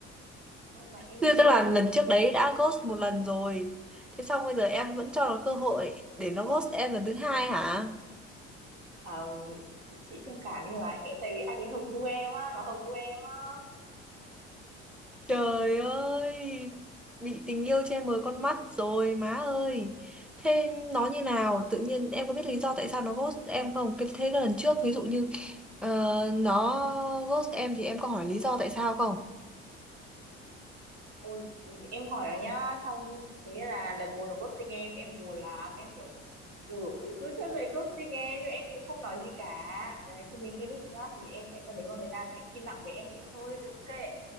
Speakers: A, on the right; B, in the centre.
A: không mà em
B: thế
A: mê
B: tức là lần trước đấy đã ghost một lần rồi. Thế xong bây giờ em vẫn cho nó cơ hội để nó ghost em lần thứ hai hả?
A: À, chị thông cảm nhưng mà em- tại vì anh ấy hợp gu em á nó hợp gu em á
B: Trời ơi, bị tình yêu che mờ con mắt rồi má ơi. Thế nó như nào? Tự nhiên em có biết lý do tại sao nó ghost em không? Cái- Thế cái lần trước ví dụ như ờ, nó ghost em thì em có hỏi lý do tại sao không?
A: ôi em hỏi nó nhá xong có nghĩa là lần một nó ghosting em em buồn lắm em kiểu ui ui tôi sao lại ghosting em nhưng em cũng không nói gì cả đấy chúng mình chưa dating app thì em sẽ còn nếu mà người ta sẽ im lặng về em thì thôi ok